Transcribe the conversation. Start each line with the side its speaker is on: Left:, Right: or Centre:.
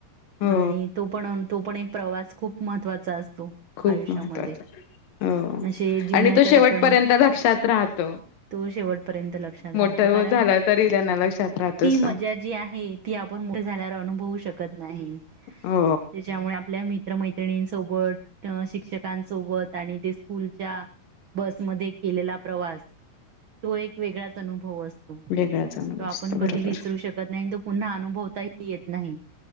Left: हो
Right: आणि तो पण तो पन एक प्रवास खूप महत्त्वाचा असतो.
Left: खूप
Right: आयुष्यामध्ये
Left: महत्वाचा हो
Right: असे जीवनाच्या
Left: आणि तो शेवटपर्यंत
Right: टप्प्यामध्ये
Left: लक्षात राहतो.
Right: तो शेवटपर्यंत लक्षात
Left: मोठ
Right: राहतो कारण
Left: झाला तरी त्यांना लक्षात राहतो
Right: ती
Left: असं
Right: मजा जी आहे. ती आपण मोठे झाल्यावर अनुभवू शकत नाही त्याच्यामुळे
Left: हो
Right: आपल्या मि त्र मैत्रिणीं सोबत अ शिक्षक कांसोबत आणि ते स्कूलच्या बसमध्ये केलेला प्रवास. तो एक वेगळाच अनुभव असतो
Left: वेगळाच अनुभव
Right: तो आपण
Left: असतो
Right: कधी
Left: बरोबर
Right: विसरू शक कत नाही अन तो पुन्हा अनुभवताही येत नाही